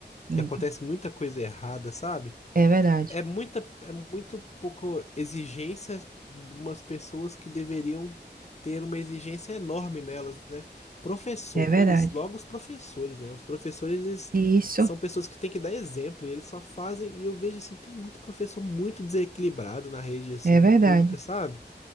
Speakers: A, on the right (about 50°); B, on the left (about 40°).
A: muita.
B: E acontece muita coisa errada, sabe?
A: É verdade,
B: É muita, é muito pouco exigência de umas pessoas que deveriam ter uma exigência enorme nelas, né? Professores,
A: é verdade.
B: logo os professores, né? Os professores, eles
A: Isso,
B: são pessoas que têm que dar exemplo, e eles só fazem, e eu vejo assim, tem muito professor muito desequilibrado na rede assim
A: é verdade.
B: pública, sabe?